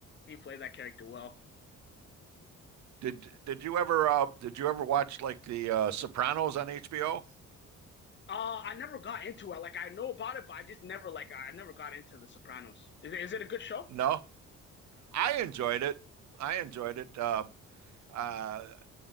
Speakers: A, on the left (about 40°); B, on the right (about 65°).
A: he played that character well.
B: did did you ever uh did you ever watch like the uh Sopranos on HBO?
A: Uh, I never got into it. Like I know about it, but I just never like I never got into The Sopranos. Is it, is it a good show?
B: No, I enjoyed it. I enjoyed it. Uh, uh,